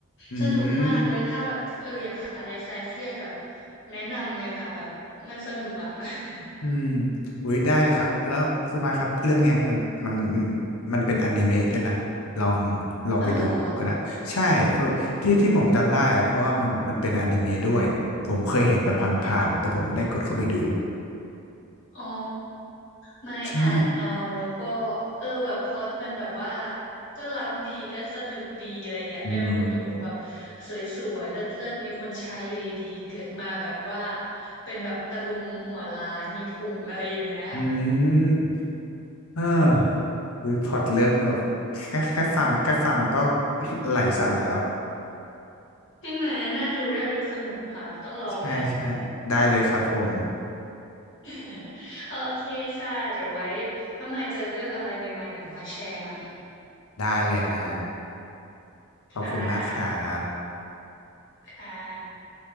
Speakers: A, on the left; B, on the left.
A: อื
B: สนุกมากไว้ถ้าแบบเอออยากหาอะไรคลายเครียดแบบ
A: ม
B: แนะนำเลยค่ะแบบมันสนุกอ่ะ <laughs>
A: อืมอุ้ยได้เลยครับ แล้วคุณมาครับเรื่องเนี้ยมันมันมันเป็นอนิเมะด้วยนะลองลองไปดูก็ได้ใช่เพราะที่ที่ผมจำได้อะเพราะว่ามันมันเป็นอนิเมะด้วยผมเคยเห็นแบบผ่านๆแต่ผมไม่ได้กดเข้าไปดู
B: เอาเหรอ อ๋อไม่อ่านเอาแล้วก็
A: ใช่
B: เออแบบพล็อตมันแบบว่าก็ล้ำดีก็สนุกดีอะไรเงี้ยเป็นคุณหนูแบบ
A: อืม
B: สวยๆเลิศๆมีคนใช้อยู่ดีๆเกิดมาแบบว่าเป็นแบบตะลุงหัวล้านมีพุงอะไรอย่างเงี้ย
A: อืมเอออุ้ยพล็อตเรื่องแบบแค่แค่ฟังแค่ฟังก็ <laughs> ไหลสั่นแล้ว
B: <laughs> ใช่ไหมน่าดูน่าดูสนุกค่ะต้องลองนะ
A: <laughs> ใช่ใช่ได้เลยครับผม
B: <laughs> โอเคค่ะเดี๋ยวไว้ถ้ามายเจอเรื่องอะไรใหม่ๆเดี๋ยวมาแชร์ใหม่
A: ได้เลยฮะขอบคุณมากครับ
B: ค่ะค่ะ